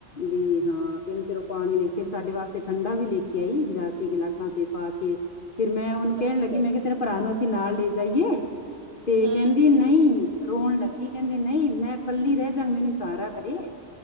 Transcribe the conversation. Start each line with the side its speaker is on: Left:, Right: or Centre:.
Left: ਵੀ ਹਾਂ ਕਹਿੰਦੇ ਫਿਰ ਉਹ ਪਾਣੀ ਲੈ ਕੇ ਫਿਰ ਸਾਡੇ ਵਾਸਤੇ ਠੰਡਾ ਵੀ ਲੈਕੇ ਤੇ ਗਈ ਜਾ ਕੇ ਗਿਲਾਸਾਂ ਤੇ ਪਾ ਕੇ ਫਿਰ ਮੈਂ ਉਹਨੂੰ ਕਹਿਣ
Right: ਅੱਛਾ
Left: ਲੱਗੀ ਮੈਂ
Right: ਜੀ
Left: ਕਿਹਾ ਤੇਰਾ ਭਰਾ ਨੂੰ ਅਸੀਂ ਨਾਲ ਲੈ ਜਾਈਏ ਤੇ
Right: ਹੂੰ
Left: ਕਹਿੰਦੀ ਨਹੀਂ ਰੋਣ ਲੱਗੀ ਕਹਿੰਦੀ ਨਹੀਂ ਮੈਂ ਕੱਲੀ ਰਹਿ ਜਾਂ ਮੈਨੂੰ ਸਹਾਰਾ ਕਰਇਆ